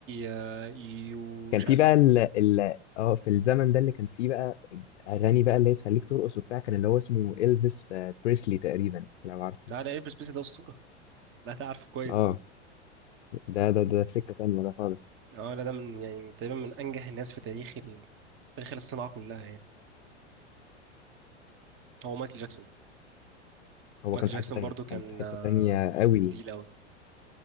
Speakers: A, on the right (about 35°); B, on the left (about 75°).
A: آه يو
B: كان
A: مش
B: في
A: عارف
B: بقى ال ال اه في الزمن ده اللي كان في بقى اغاني بقى اللي هي تخليك ترقص وبتاع كان اللي هو اسمه الفيس آه، بريسلي تقريبا لو عارفه
A: لا لا إلبس بيس ده أسطورة لا ده عارفه كويس
B: اه
A: اه
B: ده ده ده في سكه تانيه ده خالص
A: اه لا ده من يعني تقريبا من انجح الناس في تاريخ تاريخ الصناعة كلها يعني هو مايكل جاكسون
B: هو
A: مايكل
B: كان في
A: جاكسون
B: حته تانيه
A: برضو كان
B: كان في حته
A: آه،
B: تانيه قوي
A: كان تقيل قوي